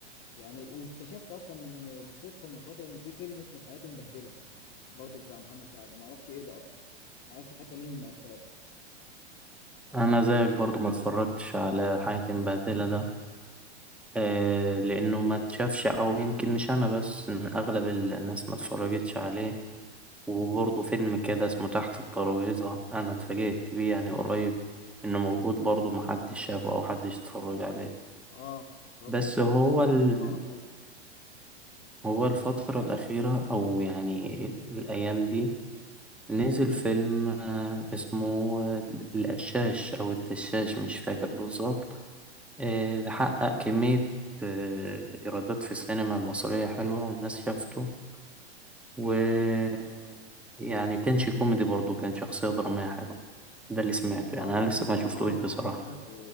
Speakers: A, on the left; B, in the centre.
A: يعني واكتشفت اصلا من بالصدفه من فتره ان في فيلم اسمه حياتي مبهدله برضو بتاع محمد سعد ما اعرفش ايه ده اصلا ما اعرفش حتى مين من ابطاله
B: انا زيك برضو ما اتفرجتش على حياة مبهدلة ده آه لانه ما اتشافش او يمكن مش انا بس إن اغلب الناس ما اتفرجتش عليه وبرضه فيلم كده اسمه تحت الترابيزة انا اتفاجئت بيه يعني قريب انه موجود برضه محدش شافه او حدش اتفرج عليه
A: اه برضو
B: بس
A: سمعت
B: هو
A: الاسم
B: ال...
A: لكن ما اعرفوش
B: هو الفترة الأخيرة أو يعني الأيام دي نزل فيلم آه، اسمه آه، القشاش أو الدشاش مش فاكر بالظبط آه، ده حقق كمية آه، إيرادات في السينما المصرية حلوة والناس شافته و يعني كانش كوميدي برضه كان شخصية درامية حلوة ده اللي سمعته
A: اه
B: يعني أنا لسه ما شفتوش
A: اه
B: بصراحة
A: سمعته